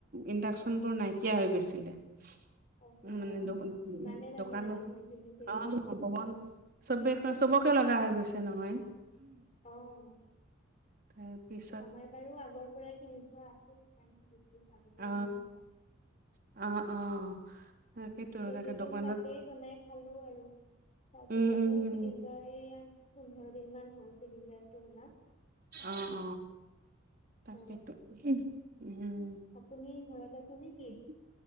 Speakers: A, on the right; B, on the left.
A: ইণ্ডাকচনবোৰ নাইকিয়া হৈ গৈছিলে। উম,
B: অহ
A: মানে দোকান উম,
B: ইমানে
A: উম
B: তাৰমানে
A: দোকানৰটো
B: মানুহে কিনিছে
A: <unintelligible>
B: এইকেইদিন
A: <unintelligible> চবে কয় চবকে লগা হৈ গৈছে নহয়।
B: অ',
A: তাৰ পিছ
B: আমাৰ বাৰু আগৰ পৰাই কিনি থোৱা আছিল সেই কাৰণে বেছি ভাবিব
A: অ
B: লগা হোৱা নাই।
A: অ' অ' তাকেতো
B: সেইকেইদিন
A: তাকে দোকানত
B: তাতেই বনাই খালোঁ আৰু। তাৰপিছতহে
A: উম উম উম
B: চিলিণ্ডাৰ সেয়া পোন্ধৰ দিন মান হ'ল চিলিণ্ডাৰটো অনা।
A: অ' অ'তাকেতো
B: হয়
A: উম,
B: আপুনি ঘৰত আছে নেকি?
A: <unintelligible>